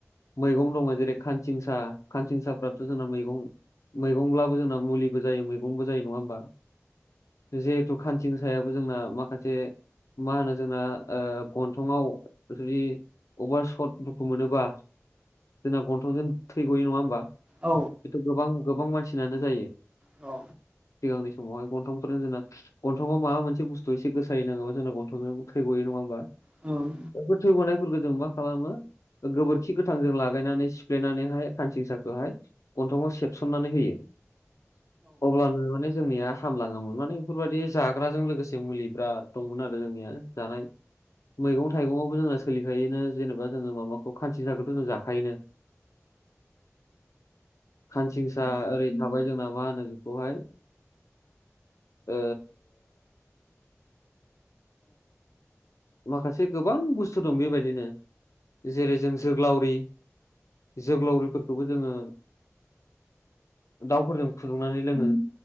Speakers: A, on the left; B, on the right.
A: मैगं दङ जेरै खानसिंसा खानसिंसाफ्राथ' जोंना मैं गं मैगंब्लाबो जोंना मुलिबो जायो मैगंबो जायो नङा होमबा जिहेथु खानसिं सायाबो जोंना माखासे मा होनो जोंना ओ गन्थंआव जुदि अबा सर्ट दुखु मोनोबा जोंना गन्थंजों थै गयो नङा होमबा?
B: औ नंगौ औ
A: बेथ' गोबां गोबां मानसिनानो जायो।
B: औ
A: सिगांनि समावहाय गनथं फोरजों जोंना गन्थंआव माबा मोनसे बुस्थु एसे गोसायै नाङोबा जोंना गन्थंजों थै ग'यो नङा होमबा?
B: औ
A: बे थै गनायफोरखौ जों मा खालामो गोबोरखि गोथांजों लागायनानै सिफ्लेनानैहाय खानसिंसाखौहाय गन्थंआव सेबसननानै होयो अब्लानो माने जोंनिया हामलाङोमोन माने बेफोरबायदि जाग्राजों लोगोसे मुलि बिराद दंमोन आरो जोंनिया जानाय मैगं थाइगंआवबो जोंना सोलिखायोनो जेनेबा जोङो माबाखौ खान्सि साखौथ' जों जाखायोनो। खानसिंसा ओरै थाबाय जोंना मा होनो बेखौहाय? ओ माखासे गोबां बुस्थु दं बेबायदिनो जेरै जों जोग्लावरि जोग्लावरिफोरखौबो जोङो दाउफोरजों फुदुंनानै लोङो।